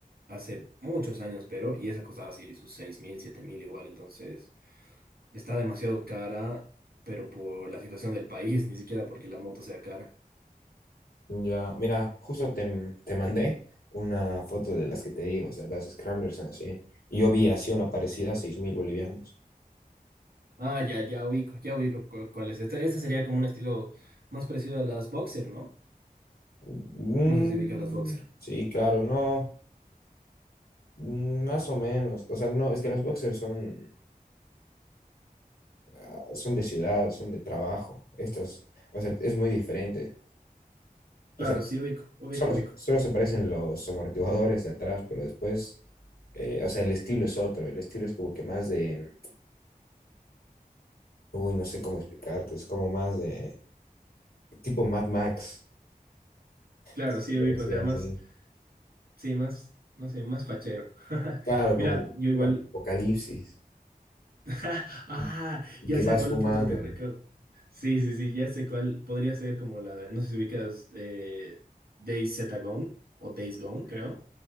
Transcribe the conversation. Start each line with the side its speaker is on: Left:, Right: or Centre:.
Right: hace muchos años, pero, y esa costaba así sus seis mil, siete mil igual, entonces está demasiado cara, pero por la situación del país, <laughs> ni siquiera porque la moto sea cara.
Left: Ya, mira, justo te, te mandé una foto de las que te digo, o sea, las Scramblers son así. Y yo vi así una parecida a 6 mil bolivianos.
Right: Ah, ya, ya ubico, ya ubico cu- cuál es. Este, este sería como un estilo más parecido a las Boxer, ¿no?
Left: Mm,
Right: No sé si ubicas las Boxer.
Left: sí, claro, no, mm, más o menos. O sea, no, es que las boxers son, ah, son de ciudad, son de trabajo. Estas, o sea, es muy diferente. O
Right: Claro,
Left: sea,
Right: sí ubico, ubico,
Left: solo,
Right: ubico.
Left: solo se parecen los amortiguadores de atrás, pero después, eh, o sea, el estilo es otro. El estilo es como que más de, uy, no sé cómo explicarte, es como más de tipo Mad Max.
Right: Claro,
Left: si
Right: sí
Left: se puede
Right: ubico,
Left: decir
Right: o sea, más,
Left: así.
Right: Sí, más, no sé, más fachero. <laughs>
Left: Claro,
Right: Mira,
Left: como de
Right: yo igual.
Left: un apocalipsis
Right: <laughs> Ah,
Left: y, y
Right: ya
Left: que
Right: sé
Left: vas
Right: a cuál
Left: fumando.
Right: foto te recuerdo. Sí, sí, sí, ya sé cuál. Podría ser como la, no sé si ubicas eh, Days Z Gone o Days Gone, creo,